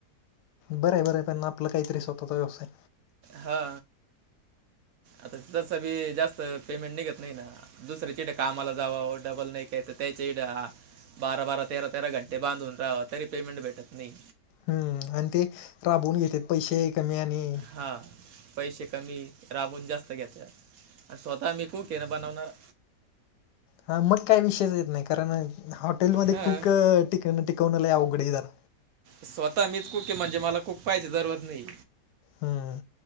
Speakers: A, on the left; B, on the right.
A: बरं आहे बरं आहे, पण आपलं काहीतरी स्वतःचा व्यवसाय.
B: हा आता त्याचा बी जास्त पेमेंट निघत नाही ना. दुसऱ्याच्या इकडे कामाला जावावं डबल नाही काय तर त्याचेही द्या. बारा बारा तेरा तेरा घंटे बांधून रहाव तरी पेमेंट भेटत नाही.
A: हम्म आणि ते राबवून घेतेत. पैसे कमी आणि
B: हा पैसे कमी, राबवून जास्त घेत्यात. आणि स्वतः मी कूक आहे ना बनवणारा.
A: हा मग काही विषयच येत नाही, कारण हॉटेलमध्ये
B: हां
A: कूक टिक टिकवण लय अवघड आहे जरा
B: स्वतः मीच कुक आहे म्हणजे मला कुक पाहायची जरुरत नाही.
A: हम्म.